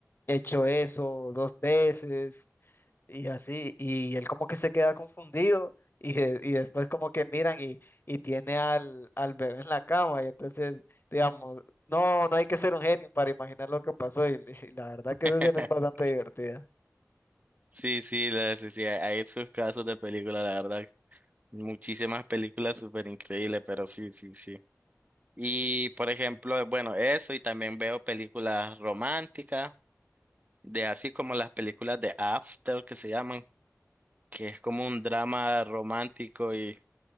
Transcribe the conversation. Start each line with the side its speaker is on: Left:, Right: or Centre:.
Left: hecho eso dos veces. Y así, y él como que se queda confundido y, de- y después como que miran y, y tiene al, al bebé en la cama y entonces, digamos, no, no hay que ser un genio para imaginar lo que pasó y, y la verdad que
Right: <laughs>
Left: esa escena es bastante divertida.
Right: Sí, sí, la- sí, sí, hay esos casos de películas, la verdad. Muchísimas películas súper increíbles, pero sí, sí, sí. Y por ejemplo, bueno, eso, y también veo películas románticas, de así como las películas de After que se llaman, que es como un drama romántico y